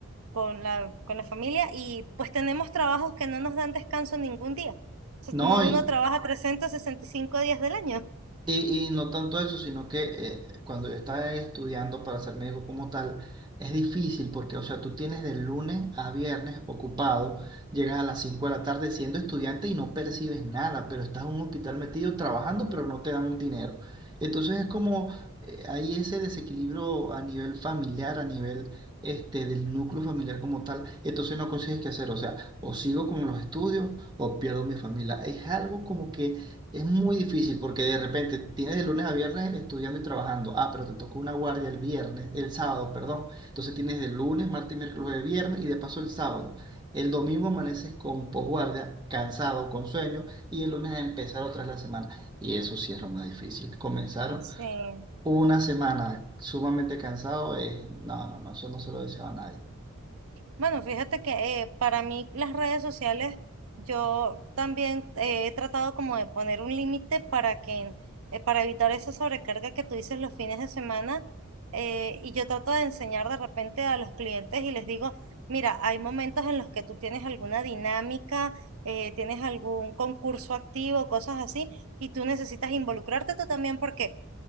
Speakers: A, on the right; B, on the right.
A: con la, con la familia y pues tenemos trabajos que no nos dan descanso ningún día. O sea,
B: No,
A: no-
B: y,
A: uno trabaja 365 días del año.
B: Y, y no tanto eso, sino que eh, cuando yo estaba estudiando para ser médico como tal, es difícil porque, o sea, tú tienes de lunes a viernes ocupado, llegas a las 5 de la tarde siendo estudiante y no percibes nada, pero estás en un hospital metido trabajando, pero no te dan dinero. Entonces es como, eh, hay ese desequilibrio a nivel familiar, a nivel este, del núcleo familiar como tal, entonces no consigues qué hacer, o sea, o sigo con los estudios o pierdo mi familia. Es algo como que es muy difícil porque de repente tienes de lunes a viernes estudiando y trabajando. Ah, pero te tocó una guardia el viernes, el sábado, perdón. Entonces tienes de lunes, martes, miércoles, jueves, viernes y de paso el sábado. El domingo amaneces con posguardia, cansado, con sueño y el lunes a empezar otra vez la semana. Y eso sí es lo más difícil. Comenzar
A: Sí.
B: una semana sumamente cansado es... No, no, no, eso no se lo deseo a nadie.
A: Bueno, fíjate que eh, para mí las redes sociales, yo también eh, he tratado como de poner un límite para que, eh, para evitar esa sobrecarga que tú dices los fines de semana. eh, y yo trato de enseñar de repente a los clientes y les digo, mira, hay momentos en los que tú tienes alguna dinámica, eh, tienes algún concurso activo, cosas así, y tú necesitas involucrarte tú también porque